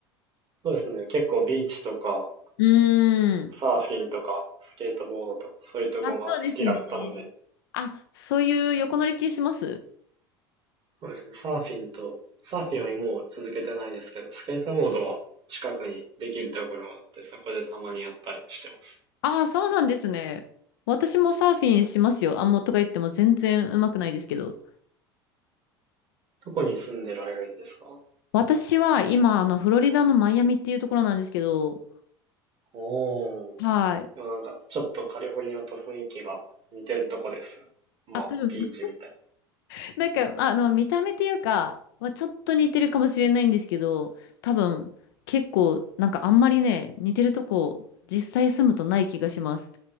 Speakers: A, on the right; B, on the left.
A: そうですね。結構ビーチとか
B: うーん。
A: サーフィンとかスケートボードとかそういうとこが好きだったので、
B: あ、そうですね。あ、そういう横乗り系します
A: そうですね。サーフィンと、サーフィンはもう続けてないですけど、スケートボードは近くにできるところがあって、そこでたまにやったりしてます。
B: ああ、そうなんですね。私もサーフィンしますよ。あ、もうとか言っても全然うまくないですけど。
A: どこに住んでられるんですか
B: 私は今、あの、フロリダのマイアミっていうところなんですけど、
A: おー。
B: はい。
A: でもなんか、ちょっとカリフォルニアと雰囲気が似てるとこです。まあ、
B: あ、多分、
A: ビーチみたい
B: <laughs> なんか、あの、見た目っていうか、はちょっと似てるかもしれないんですけど、多分、結構、なんかあんまりね、似てるとこ、実際住むとない気がします。